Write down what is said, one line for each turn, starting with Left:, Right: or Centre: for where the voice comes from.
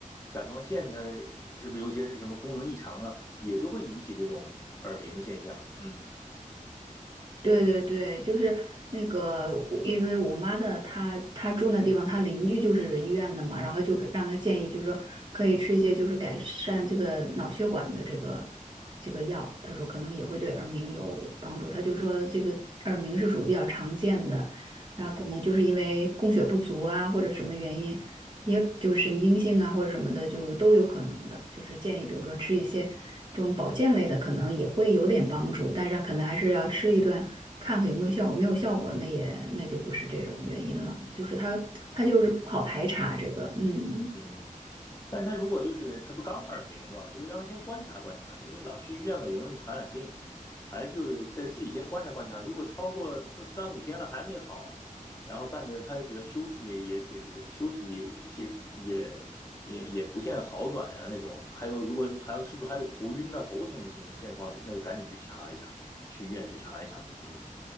Left: 甲状腺，的是不是有些什么功能异常啊，也都会引起这种耳鸣的现象。嗯
Right: 对对对，就是那个我，因为我妈的她她住那地方，她邻居就是医院的嘛，然后就给让她建议，就是说可以吃一些就是改善这个脑血管的这个这个药，她说可能也会对耳鸣有帮助。她就说这个耳鸣是属于比较常见的，然后可能就是因为供血不足啊或者什么原因，
Left: 嗯
Right: 也就是神经性啊或者什么的，就都有可能的。就是建议，比如说吃一些这种保健类的，可能也会有点帮助，但是可能还是要吃一段，看看有没有效果。没有效果，那也那就不是这种原因了，就是它它就是不好排查这个，嗯。
Left: 嗯。但是他如果就是他不刚耳鸣嘛，就是让他先观察观察，因为老去医院嘛也容易传染病，反正就是在自己先观察观察。如果超过四三五天了还没好，然后伴着他比如休息也解决，休息也解也也也不见好转呀、那种，还有如果还有是不是还有头晕啊头疼的情况，那就赶紧去查一查，去医院去查一查。嗯，